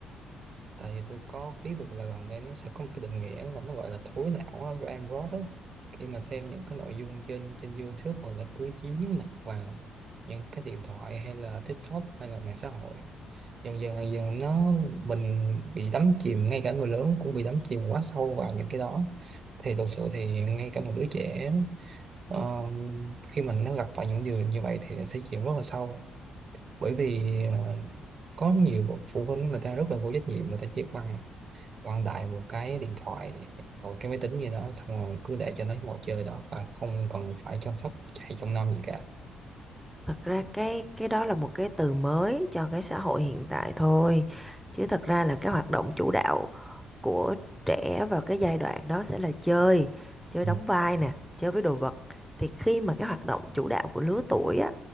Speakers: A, on the right (about 45°); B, in the centre.
A: tại vì tôi có biết được là gần đây nó sẽ có một cái định nghĩa mà nó gọi là thối não á, brain rot á. khi mà xem những cái nội dung trên trên YouTube hoặc là cứ dính mặt vào những cái điện thoại hay là TikTok hay là mạng xã hội dần dần dần dần nó mình bị đắm chìm ngay cả người lớn cũng bị đắm chìm quá sâu vào những cái đó thì thực sự thì ngay cả một đứa trẻ ờ, khi mình nó gặp phải những điều như vậy thì nó sẽ chìm rất là sâu bởi vì ờ, có nhiều phụ huynh người ta rất là vô trách nhiệm người ta chỉ bằng quăng đại một cái điện thoại hoặc cái máy tính gì đó xong rồi cứ để cho nó ngồi chơi đó và không cần phải chăm sóc hay trông nom gì cả
B: thật ra cái cái đó là một cái từ mới cho cái xã hội hiện tại thôi chứ thật ra là cái hoạt động chủ đạo của trẻ vào cái giai đoạn đó sẽ là chơi chơi
A: ừ.
B: đóng vai nè chơi với đồ vật thì khi mà cái hoạt động chủ đạo của lứa tuổi á